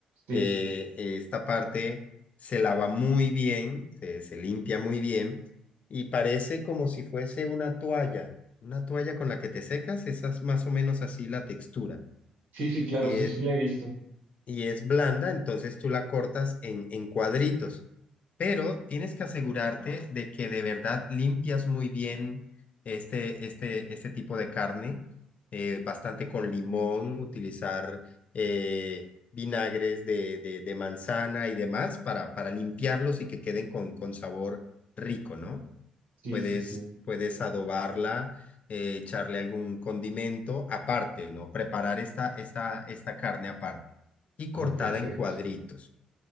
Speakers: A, on the right (about 75°); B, on the left (about 50°).
A: Sí,
B: eh, esta parte se lava muy bien, se, se limpia muy bien y parece como si fuese una toalla, una toalla con la que te secas, esa es más o menos así la textura.
A: sí, sí, claro,
B: Y
A: sí,
B: es,
A: sí la he visto.
B: y es blanda, entonces tú la cortas en, en cuadritos. Pero tienes que asegurarte de que de verdad limpias muy bien este, este, este tipo de carne, eh, bastante con limón, utilizar eh, vinagres de, de, de manzana y demás para, para limpiarlos y que queden con, con sabor rico, ¿no?
A: Sí,
B: Puedes,
A: sí, sí.
B: puedes adobarla, eh, echarle algún condimento aparte, ¿no? Preparar esta, esta, esta carne aparte y
A: Ah,
B: cortada
A: perfecto.
B: en cuadritos.